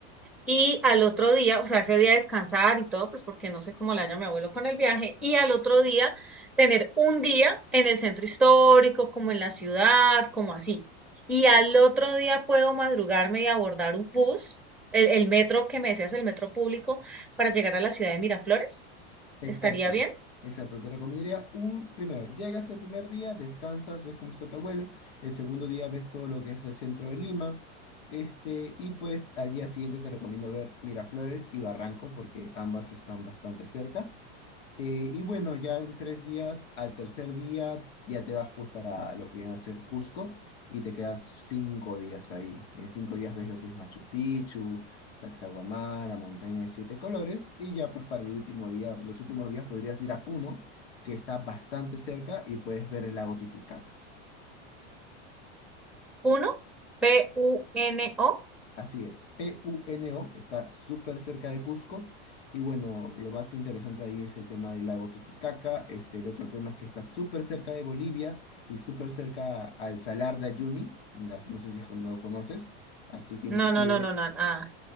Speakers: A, in the centre; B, on the left (about 85°).
A: Y al otro día, o sea, ese día descansar y todo, pues porque no sé cómo le haya mi abuelo con el viaje. Y al otro día tener un día en el centro histórico, como en la ciudad, como así. Y al otro día puedo madrugarme y abordar un bus, el, el metro que me decías, el metro público, para llegar a la ciudad de Miraflores.
B: exacto,
A: ¿Estaría bien?
B: exacto, te recomendaría un, primero, llegas el primer día, descansas, ves cómo está tu abuelo, el segundo día ves todo lo que es el centro de Lima, este, y pues al día siguiente te recomiendo ver Miraflores y Barranco, porque ambas están bastante cerca. Eh, y bueno, ya en tres días, al tercer día, ya te vas pues para lo que viene a ser Cusco y te quedas cinco días ahí. En cinco días ves lo que es Machu Picchu, Sacsayhuamán, la montaña de siete colores y ya pues para el último día, los últimos días podrías ir a Puno, que está bastante cerca y puedes ver el lago Titicaca.
A: Uno, P-U-N-O.
B: Así es, PUNO está súper cerca de Cusco y bueno, lo más interesante ahí es el tema del lago Titicaca, este, el otro tema es que está súper cerca de Bolivia y súper cerca al Salar de Uyuni, na- no sé si es con- no lo conoces, así que inclusive
A: No, no, no, no, no, nada.